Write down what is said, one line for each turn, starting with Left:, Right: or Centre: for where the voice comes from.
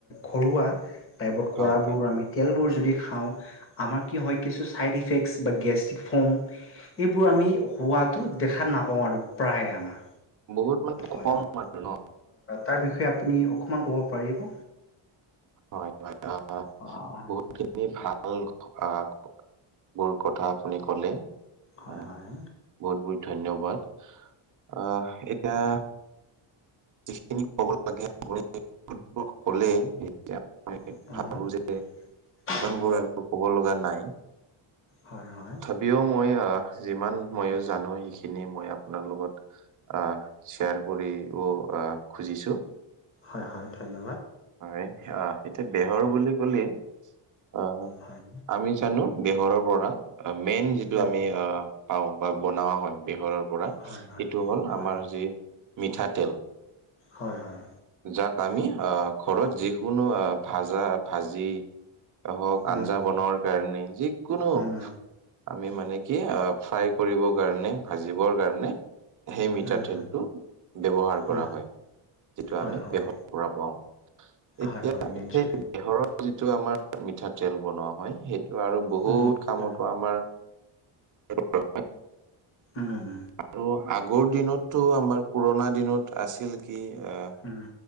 Left: ঘৰুৱা টাইপত
Right: হয়
Left: কৰাবোৰ
Right: হয়
Left: আমি তেলবোৰ যদি খাওঁ আমাৰ কি হয় কিছু ছাইড ইফেক্টছ বা গেষ্ট্ৰিক ফৰ্ম এইবোৰ আমি হোৱাটো দেখা নাপাওঁ আৰু প্ৰায়ে আমাৰ
Right: বহুত মানে <unintelligible>
Left: হয় হয়
Right: ন
Left: তাৰ বিষয়ে আপুনি অকণমান ক'ব পাৰিব।
Right: হয়, হয় অ'
Left: আহ,
Right: বহুতখিনি <unintelligible> ভাল বোৰ কথা আপুনি ক'লে।
Left: হয়,
Right: আহ
Left: হয়।
Right: বহুত বহুত ধন্যবাদ। আহ এতিয়া যিখিনি ক'ব লাগে সকলোবোৰ ক'লে এতিয়া মই
Left: <unintelligible>
Right: ভাবো যে <unintelligible> আৰু ক'ব লগা নাই।
Left: হয় হয়।
Right: পিও মই যিমান ময়ো জানো সেইখিনি মই আপোনাৰ লগত আহ, শ্বেয়াৰ কৰিও আহ, খুজিছো।
Left: হয় হয় ধন্য
Right: হয় অ' এতিয়া বেহৰ বুলি ক'লে আহ,
Left: হয়
Right: আমি জানো বেহৰৰ পৰা মেইন যিটো
Left: উম,
Right: আমি পাওঁ বা বনোৱা হয় বেহৰৰ পৰা
Left: হয়
Right: সেইটো
Left: হয়
Right: হ'ল
Left: হয়
Right: আমাৰ যি <unintelligible> মিঠাতেল।
Left: হয়, হয়।
Right: যাক আমি ঘৰত যিকোনো ভাজা, ভাজি হওক
Left: উম।
Right: আঞ্জা বনোৱাৰ কাৰণে যিকোনো
Left: উম
Right: আমি মানে কি অ' ফ্ৰাই কৰিবৰ কাৰণে ভাজিবৰ কাৰণে সেই মিঠাতেলটো
Left: উম উম
Right: ব্যৱহাৰ কৰা
Left: উম
Right: হয়। যিটো
Left: হয়
Right: আমি
Left: হয়
Right: বেহৰ পৰা পাওঁ। এতিয়া
Left: হয়, হয় নিশ্চয়।
Right: সেই বেহৰৰ যিটো আমাৰ মিঠাতেল বনোৱা হয় সেইটো আৰু বহুত
Left: উম
Right: কামতো
Left: উম
Right: আমাৰ ব্যৱহাৰ হয়।
Left: উম উম।
Right: আৰু আগৰ দিনতটো, আমাৰ পুৰণা দিনত আছিল কি আহ।
Left: উম।